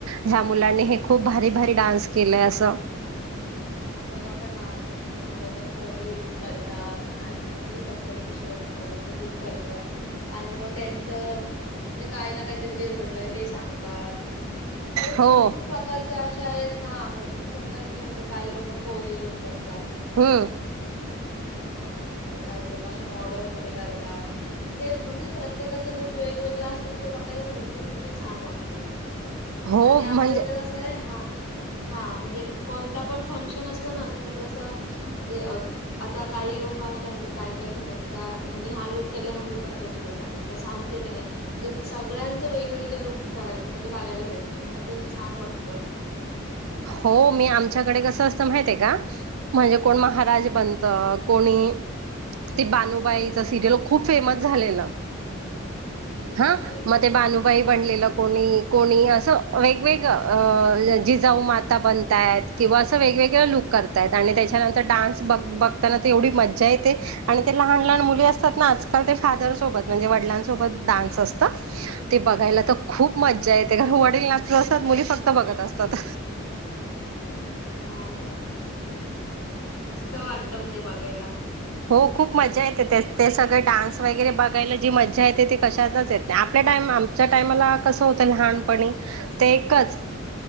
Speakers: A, on the right; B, on the left.
A: ह्या मुलांनी हे खूप भारी भारी डान्स केलंय अस.
B: आता बघा ना असं म्हणजे महाराजांचे वगैरे लूक करतात, आणि म्हणजे छत्रपती शिवाजी महाराजांचे लूक करतात आणि मग त्यांचं म्हणजे काय ना काहीतरी जे घडलंय ते सांगतात. म्हणजे
A: हो
B: भरपूर प्रकारचे अस शाळेत हा भरपूर प्रकारचे म्हणजे काही लोक. तो कोहली लोक कर
A: हाय
B: हा म्हणजे काही लोक अशे मॉडेल मध्ये करतात ते म्हणजे प्रत्येकाचा लूक वेगवेगळा असत म ते बघायला भरपूर म्हणजे छान वाटत!
A: हो
B: आणि आमच्या
A: म्हणजे
B: इथं कस आहे हा हा म्हणजे कोणता पण फंक्शन असलं ना की म्हणजे असं म्हणजे आता काही लोक असे असतात काही काही ठिकाणी का ह्यांनी हा लुक केला म मी पण तोच लोक करण तसं आमचे ते नाही म्हणजे सगळ्यांच वेगवेगळे लुक करायला म्हणजे बघायला भेटतात मग ते छान वाटत.
A: हो मी आमच्याकडे कसं अस त माहितीय का? कोण महाराज बनत कोणी ती बानुबाईच सिरियल खूप फेमस झाले ना! हा
B: हो काय
A: मते बानुबाय बलेलं कोणी कोणी अस वेगवेगळ अ जिजाऊ माता बनतायत किंवा असं वेगवेगळे लुक करतायत आणि त्याच्यानंतर डान्स बघ बघताना ते एवढी मज्जा येते आणि ते लहान, लहान मुली असतात ना आजकाल ते फादर सोबत म्हणजे वडिलांसोबत डान्स असतं ते बघायला तर खूप मज्जा येत. ते वडील नातू असतात मुली फक्त बघतच आसतता
B: हा ना मस्त वाटत म ते बघायला
A: हो खूप मजा येते ते ते सगळे डान्स वगैरे बघायला जी मजा येते ते कशातच येत नाही आपल्या टाइम आमच्या टायमाला कसं होतं लहानपणी ते एकच